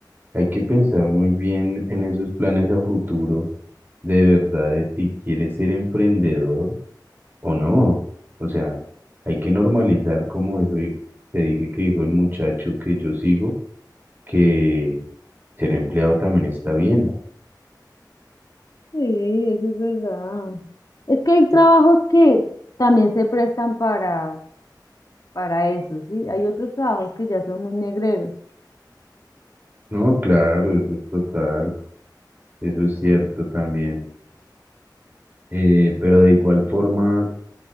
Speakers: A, on the right (about 30°); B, on the left (about 55°).
A: hay que pensar muy bien en esos planes a futuro, de verdad, de si quieres ser emprendedor o no. O sea, hay que normalizar, como dijo- te dije que dijo el muchacho que yo sigo, que ser empleado también está bien.
B: Sí, eso es verdad. Es que hay trabajos que también se prestan para, para eso, ¿sí? Hay otros trabajos que ya son muy negreros.
A: No, claro, eso es total, eso es cierto también. Eh, pero de igual forma...